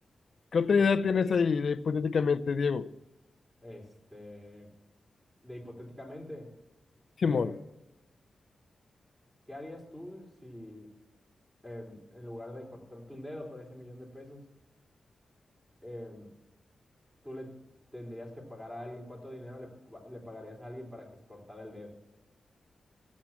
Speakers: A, on the left; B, on the right.
A: ¿Qué otra
B: Oye,
A: idea tienes ahí de- hipotéticamente, Diego?
B: Este, de hipotéticamente, ¿qué,
A: Simón,
B: qué harías tú si em, en lugar de cortarte un dedo por ese millón de pesos, em, tú le tendrías que pagar a alguien, cuánto dinero le, pa- le pagarías a alguien para que se cortara el dedo.